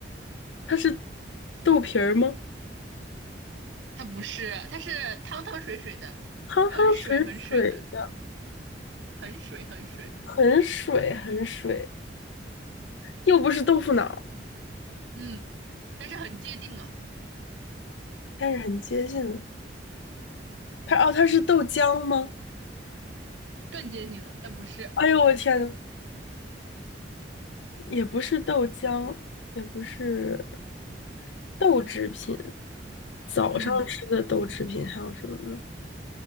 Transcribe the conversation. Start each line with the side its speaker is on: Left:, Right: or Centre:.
Left: 它是豆皮儿吗？
Right: 它不是，它是汤汤水水的，
Left: 汤汤水水的，
Right: 很水很水的，很水很水。
Left: 很水很水，又不是豆腐脑，
Right: 嗯，但是很接近了，
Left: 但是很接近了它哦，它是豆浆吗？
Right: 更接近了，但不是。
Left: 哎呦，我天呐，也不是豆浆，也不是豆制品。早上吃的豆制品还有什么呢？
Right: 嗯，